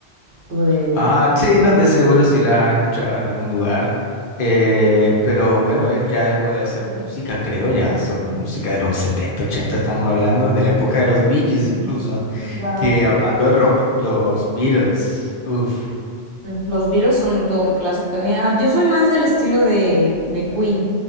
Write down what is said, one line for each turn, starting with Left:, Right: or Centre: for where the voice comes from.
Right: Como de.
Left: Ah, sí, no, de seguro sí la has escuchado en algún lugar. Eh, pero bueno, él ya dejó de hacer música, creo, ya son música de los 70 80 estamos hablando, de la época de los Bee Gees incluso.
Right: Wow.
Left: Que hablando de rock, los Beatles. Uf.
Right: Los Beatles son todo un clásico también. Ah, yo soy más del estilo de, de Queen.